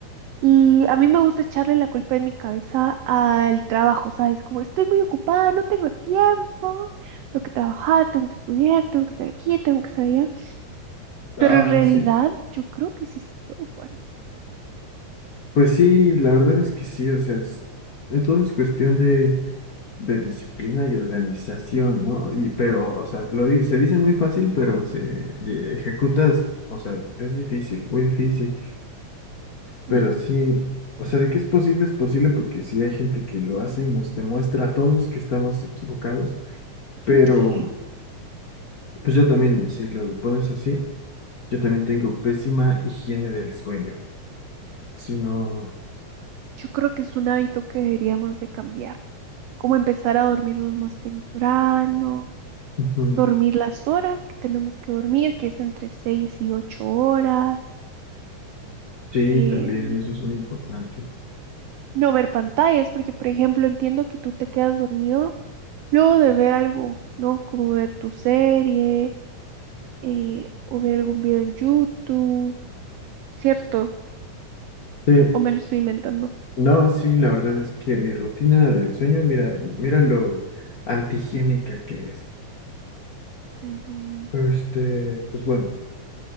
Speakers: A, on the right; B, on the left.
A: Y a mí me gusta echarle la culpa en mi cabeza al trabajo, ¿sabes? Como estoy muy ocupada, no tengo tiempo, tengo que trabajar, tengo que estudiar, tengo que hacer aquí, tengo que hacer allá.
B: Ah,
A: Pero en realidad
B: sí.
A: yo creo que sí se puede, Juan.
B: Pues sí, la verdad es que sí, o sea, es, de todo es cuestión de, de disciplina y organización, ¿no? Y, pero, o sea, lo, di- se dice muy fácil, pero se eh, ejecutas, o sea, es difícil, muy difícil. Pero
A: Y
B: sí, o sea, de que es posible, es posible porque sí hay gente que lo hace y nos demuestra a todos que estamos equivocados,
A: <clears throat>
B: pero
A: Sí.
B: pues yo también, si lo pones así, yo también tengo pésima higiene del sueño, si no,
A: yo creo que es un hábito que deberíamos de cambiar, como empezar a dormirnos más temprano,
B: ujú,
A: dormir las horas que tenemos que dormir, que es entre 6 y 8 horas,
B: sí,
A: eh,
B: también eso es muy importante.
A: no ver pantallas, porque por ejemplo entiendo que tú te quedas dormido luego de ver algo, ¿no? Como ver tu serie eh, o ver algún video en YouTube, ¿cierto?
B: Sí,
A: ¿O me lo estoy inventando?
B: no, sí, la verdad es que mi rutina del sueño, mira, mira lo antihigiénica que es.
A: Ujú.
B: Este, pues bueno.